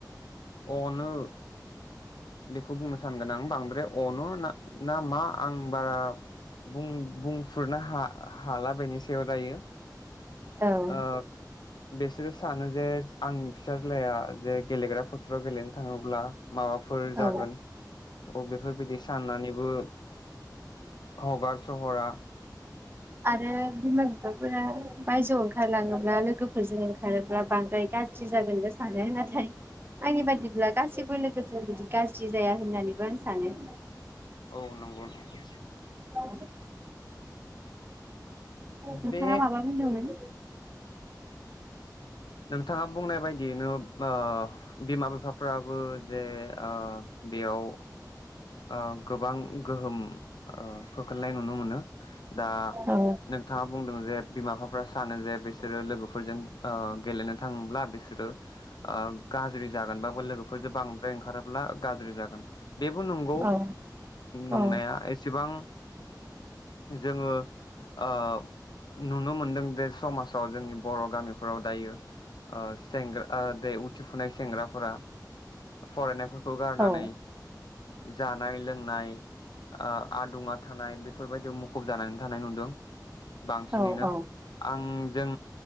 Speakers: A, on the left; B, on the right.
A: अनो। बेखौ बुंनो सानगोन आं बांद्राय अनो ना नामा आं बारा बुं बुंफुरनो हा हाला बेनि सायाव दायो
B: औ
A: ओ बिसोरो सानो जे आंनि फिसाज्लाया जे गेलेग्रा फोथाराव गेलेनो थाङोब्ला माबा फोर जागोन
B: औ
A: बेफोरबादि साननानैबो <unintelligible> हरा
B: आरो बिमा बिफाफोरा बायजोआव ओंखारलाङोब्ला लोगोफोरजों ओंखारोब्ला बांद्राय गाज्रि जागोनबो सानो नाथाय आंनि बायदि गासिबो लोगोजों गाज्रि जाया होननानैबो आं सानो
A: औ नंगौ नंगौ
B: <unintelligible> नोंथाङा
A: बे
B: माबा बुंदोंमोन
A: नोंथाङा बुंनाय बायदियैनो ओ बिमा बिफाफ्राबो जे ओ बेयाव ओ गोबां गोहोम ओ खोख्लैनाय नुनो मोनो दा
B: औ
A: नोंथाङा बुंदों जे बिमा बिफाफ्रा सानो जे बिसोरो लोगो फोरजों ओ गेलेनो थाङोब्ला बिसोरो ओ गाज्रि जागोनबो लोगोफोरजों बांद्राय ओंखारोब्ला गाज्रि जागोन बेबो नंगौ
B: औ
A: नंनाया
B: औ
A: एसेबां जोङो ओ नुनो मोनदों जे समाजाव जोंनि बर गामिफोराव दायो सेंग्रा जे देरफुनाय सेंग्राफोरा फरायनायफोरखौ खौ गारनानै
B: औ
A: जानाय लोंनाय ओ आदुङा थानाय बेफोरबायदियाव मुखुब जानानै थानाय नुदों बांसिनैनो
B: औ औ
A: आं जों